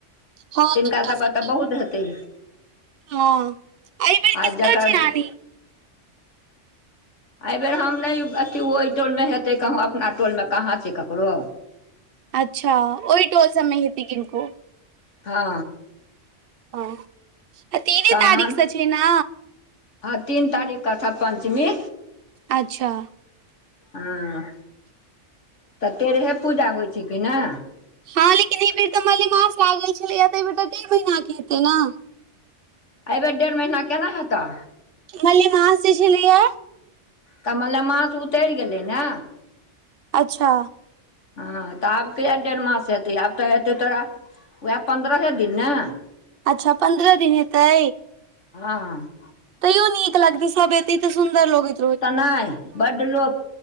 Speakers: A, on the right (about 60°); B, on the left (about 75°).
A: हँ
B: तिनका सब
A: सबके
B: क तऽ बहुत हेतै
A: हँ अइ बेर
B: आ
A: किनकर
B: जकर
A: छैई रानी
B: एहिबेर हम नई अथी ओहि टोलमे हेतै कहूँ अपना टोलमे कहाँ छै ककरो
A: अच्छा ओइ टोल सबमे हेतै किनको
B: हा
A: हा तीने
B: तहन
A: तारीखसँ छै ने
B: हँ तीन तारीख का छ पञ्चमी
A: अच्छा
B: हु तऽ तेरहे पूजा होइ छई की ने
A: हँ लेकिन एहिबेर तऽ मलेमास लागल छलैएा तऽ एहि बेर तऽ डेढ़ महिना के हेतै ने
B: एहिबेर डेढ़ महीना केना हेतै
A: मलेमास जे छलैय
B: तऽ मलेमास उतरि गेलै ने
A: अच्छा
B: हँ तऽ आब किया डेढ़ मास हेतै आब तऽ हेतै तोरा उएह पन्द्रहे दिन ने
A: अच्छा पन्द्रह दिन हेतै
B: हँ
A: तैयो नीक लगतै सब एतै सुन्दर लगाई
B: तऽ नई बड लोक